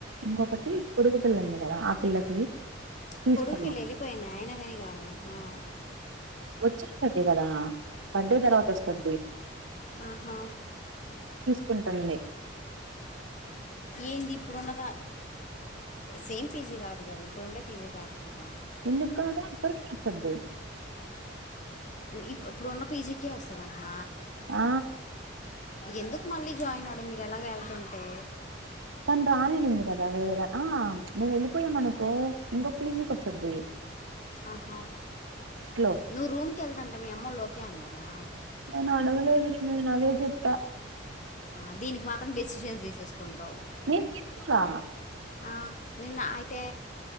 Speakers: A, on the right; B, on the left.
A: ఇంకొకటి పొడుగు పిల్ల ఉంది కదా ఆ పిల్లకి తీసుకున్నాం
B: పొడుగు పిల్ల వెళ్ళిపోయినా ఆయన కాని కావాలాంటానా
A: వచ్చేస్తుంది కదా బార్డే తర్వాత వస్తది చూడు
B: ఆహ
A: కుంటుంది
B: ఏంది ఇప్పుడున్నద సేమ్ పీజీ కాదు కదా ఇప్పుడు ఉండే పీజీ కాదు కదా
A: ఎందుకు రాదు <unintelligible>
B: ఈ ఇప్పుడున్న పీజీకే వస్తుందటన
A: ఆ
B: ఎందుకు మళ్ళీ జాయిన్ అవ్వడం మీరు ఎలాగో వెళ్తుంటే
A: తను రాను ఆనింది కదా వేరేగా ఆ మేము వెళ్ళిపోయామ అనుకో ఇంకోక పీజీకి వస్తది
B: ఆహా
A: లో
B: నువ్వు రూమ్ కి వెళ్తాంటే మీ అమ్మ వాళ్ళు ఒకే అన్నారా
A: నేను అడగలేదు నేను ఆదే చెప్ప
B: ఆ దీనికి మాత్రం డెసిషన్స్ తీసేసుకుంటావు
A: నేను తీసుకురా
B: ఆ నిన్న అయితే